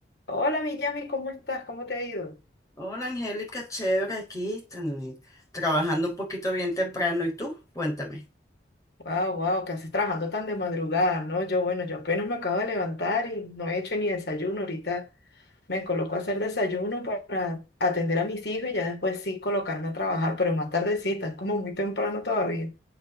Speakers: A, on the left; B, on the left.
A: Hola, mi Yami, ¿cómo estás? ¿Cómo te ha ido?
B: Hola Angélica, chévere aquí, tran- trabajando un poquito bien temprano. ¿Y tú? Cuéntame.
A: Wow, wow, ¿qué haces trabajando tan de madrugada? No, yo, bueno, yo apenas me acabo de levantar y no he hecho ni desayuno. Ahorita me coloco a hacer desayuno para atender a mis hijos y ya después sí colocarme a trabajar, pero más tardecita, es como muy temprano todavía.